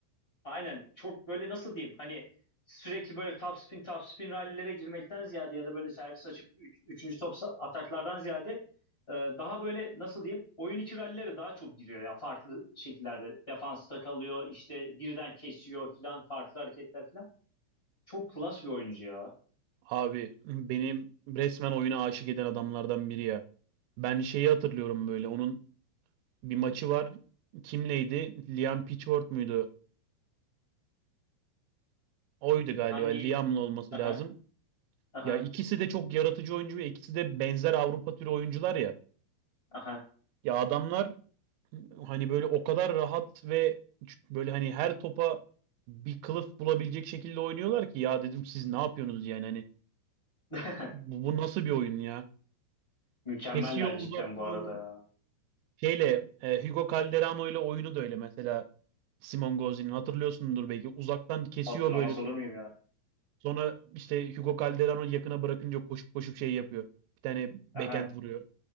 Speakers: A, on the left (about 25°); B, on the right (about 85°).
A: Aynen çok böyle nasıl diyeyim hani sürekli böyle topspin topspin rallilere girmekten ziyade ya da böyle servis açıp üç, üçüncü top sa- ataklardan ziyade e, daha böyle nasıl diyeyim oyun içi rallilere daha çok giriyor ya farklı şekillerde defansta kalıyor işte birden kesiyor filan farklı hareketler filan çok klas bir oyuncu ya
B: Abi benim resmen oyuna aşık eden adamlardan biri ya. Ben şeyi hatırlıyorum böyle. Onun bir maçı var. kimleydi Liam Pitchford muydu? Oydu galiba.
A: hangi
B: Liam'la olması
A: aha
B: lazım.
A: aha
B: Ya ikisi de çok yaratıcı oyuncu ve ikisi de benzer Avrupa türü oyuncular ya.
A: aha
B: Ya adamlar hani böyle o kadar rahat ve böyle hani her topa bir kılıf bulabilecek şekilde oynuyorlar ki ya dedim siz ne yapıyorsunuz yani hani
A: <laughs>
B: bu, bu nasıl bir oyun ya?
A: mükemmeller
B: Kesiyor uzaktan,
A: cidden bu arada ya
B: Şeyle e, Hugo Calderano ile oyunu da öyle mesela Simon Gauzy'nin hatırlıyorsundur belki uzaktan kesiyor
A: hatırlamaz
B: böyle
A: olur
B: topu.
A: muyum ya
B: Sonra işte Hugo Calderano yakına bırakınca koşup koşup şey yapıyor. Bir tane backhand
A: aha
B: vuruyor.